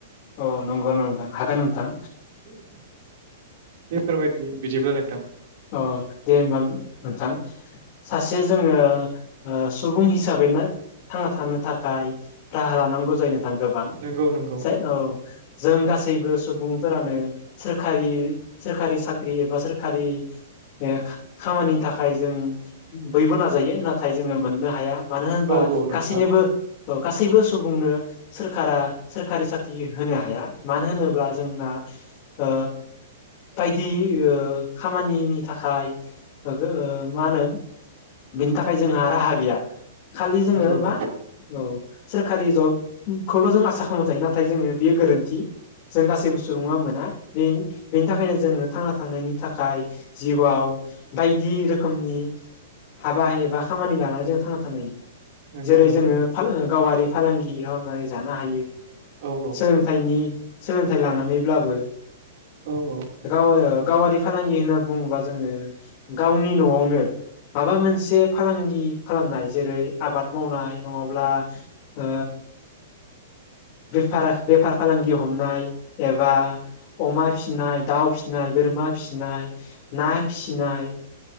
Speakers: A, on the left; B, on the right.
A: अ नंगौ नामा नोथां हागोन नोंथां।
B: <inaudible> बेेफोरबायदि बिदिब्ला नोंथां
A: अ दे होमबा नोंथां सासे जोङो ओ सुबुं हिसाबैना थांना थानो थाखाय राहा लानांगौ जायो नोंथां। गोबां
B: नंगौ नंगौ
A: जाय औ जों गासैबो सुबुंफोरानो सोरखारि सोरखारि साख्रि एब बा सोरखारि ओ खामानिनि थाखाय जों बयबो नाजायो नाथाय जोङो मोननो हाया मानो होनबा
B: औ नोंथां
A: गासैनिबो औ गासैबो सुबुंनो सोरखारा सोरखारि साख्रि होनो हाया मानो होनोब्ला जोंना ओ बायदि ओ खामानिनि थाखाय गो मा होनो बिनि थाखाय जोंहा राहा गैया खालि जोङो
B: नंगौ
A: मा
B: नंगौ
A: औ सोरखारि जबखौल' जों आसा खालामबाय थायो नाथाय जोङो बेयो गोरोन्थि जों गासैबो सुबुङा मोना बे बेनि थाखायनो जोङो थांना थानायनि थाख खाय जिउआव बायदि रोखोमनि हाबा एबा खामानि लानानै जों थांना थानो हायो।
B: नंगौ
A: जेरै
B: नंगौ
A: जोङो
B: नोंथां
A: फा गावारि फालांगि खालामनानै जानो हायो
B: औ औ
A: सोलोंथाइनि सोलों थाइ लानानैब्लाबो
B: औ औ
A: गाव ओ गावारि होनना बुङोबा जोङो गावनि न'आवनो माबा मोनसे फालांगि खालामनाय जेरै आबाद मावनाय नङाब्ला ओ बेफारा बेफार फालांगि हमनाय एबा अमा फिनाय दाउ फिनाय बोरमा फिसिनाय ना फिसिनाय